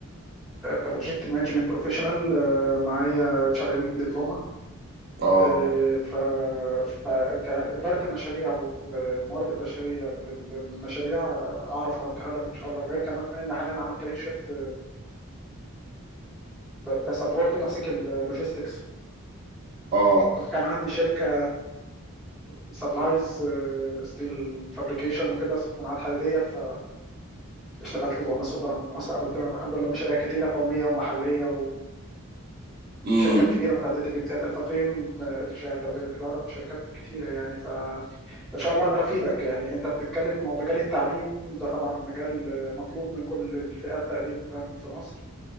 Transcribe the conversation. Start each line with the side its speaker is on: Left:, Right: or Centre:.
Centre: بروجكت مانجمنت بروفيشنال معايا اتش ار ام دبلومه
Right: آه.
Centre: آه، ف ف- كاداره المشاريع والموارد البشريه لل- للمشاريع آه، اعرف اغطيها لك ان شاء الله وغير كمان ان حاليا عامل كارير شيفت كسبورت ماسك اللوجيستكس
Right: اه
Centre: كان عندي شركه سبلايز ستيل فابريكيشن وكده صناعات حديديه ف اشتغلت جوه مصر وبره مصر عملت الحمد لله مشاريع كتيره قوميه ومحليه
Right: امم
Centre: وشركات كبيره متعدده الجنسيات الفطيم الشهاده الدوليه للتجاره في شركات كتيره يعني فان شاء الله اقدر افيدك يعني انت بتتكلم في مجال التعليم ده طبعا مجال مطلوب من كل الفئات تقريبا في مصر